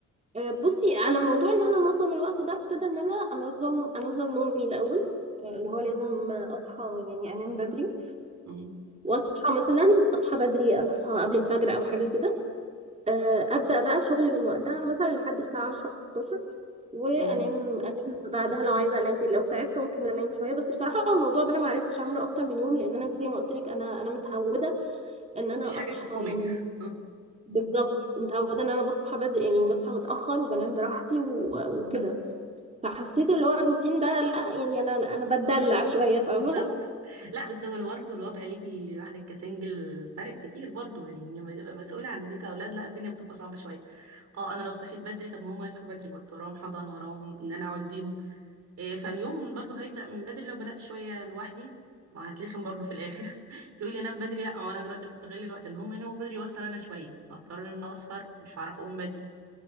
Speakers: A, on the right; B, on the right.
A: آه، بصي على موضوع ان انا انظم الوقت ده ابتدى ان انا انظم انظم نومي الاول آه، اللي هو لازم آه، اصحى يعني انام بدري
B: مم.
A: واصحى مثلا اصحى بدري اصحى قبل الفجر او حاجة كده آه، ابدأ بقى شغل من وقتها مثلا لحد الساعة 10 11 وانام
B: مم.
A: انام بعدها لو عايزه انام تاني لو تعبت ممكن انام شويه بس بصراحه الموضوع ده انا ما عرفتش اعمله اكتر من يوم لان انا زي ما قلت لك انا انا متعوده ان انا
B: مفيش حاجة
A: اصحى
B: تحكمك
A: يعني
B: <laughs>
A: بالظبط متعوده ان انا بصحى بدري يعني بصحى متاخر وبنام براحتي و... وكده فحسيت اللي هو الروتين ده لا يعني انا انا بتدلع شويه فاهمه
B: بالظبط لا بس هو برضه الوضع ليكي واحدة كسنجل فرق كتير برضه يعني لما تبقى مسؤولة عن بيت أولاد لا الدنيا بتبقى صعبة شوية اه أنا لو صحيت بدري طب ما هم يصحوا بدري برضه وراهم حضانة وراهم إن أنا أقعد بيهم إيه، فاليوم برضو هيبدأ من بدري لو بدأت شوية لوحدي ما هتلخم برضو في الآخر <laughs> تقولي أنام بدري لا ما هو أنا دلوقتي بستغل الوقت إن هم يناموا بدري وأسهر أنا شوية هضطر إن أنا أسهر مش هعرف أقوم بدري